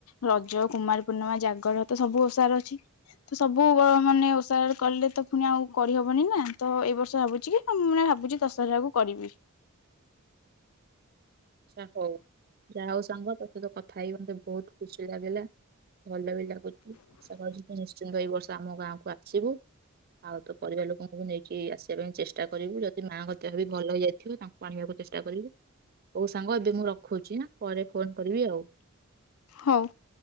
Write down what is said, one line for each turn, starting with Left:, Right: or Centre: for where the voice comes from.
Left: ରଜ କୁମାର ପୂର୍ଣ୍ଣିମା ଜାଗର ତ ସବୁ ଓଷାର ଅଛି। ତ ସବୁ ଗ ମାନେ ଓଷାର କଲେ ତ ପୁଣି ଆଉ କରିହବନିନା ତ ଏଇ ବର୍ଷ ଭାବୁଚି କି ଆ ମୁଁ ମାନେ ଭାବୁଚି ଦଶହରା ଆକୁ କରିବି।
Right: ହୋଉ ଯାହା ହୋଉ ସାଙ୍ଗ ତତେ ତ କଥା ହେଇକି ମତେ ବୋହୁତ ଖୁସି ଲାଗିଲା। ଭଲ ବି ଲାଗୁଚି ଆଶା କରୁଚି ତୁ ନିଶ୍ଚିନ୍ତ ଏ ବର୍ଷ ତୁ ଆମ ଗାଁକୁ ଆସିବୁ। ଆଉ ତୋ ପରିବାର ଲୋକଙ୍କୁ ନେଇକି ଆସିବା ପାଇଁ ଚେଷ୍ଟା କରିବୁ। ଯଦି ମାଆଙ୍କ ଦେହ ବି ଭଲ ହେଇଯାଇଥିବ ତାଙ୍କୁ ଆଣିବାକୁ ଚେଷ୍ଟା କରିବୁ। ହୋଉ ସାଙ୍ଗ ଏବେ ମୁଁ ରଖୁଚି ଆଁ ପରେ ଫୋନ କରିବି ଆଉ।
Left: ହୋଉ।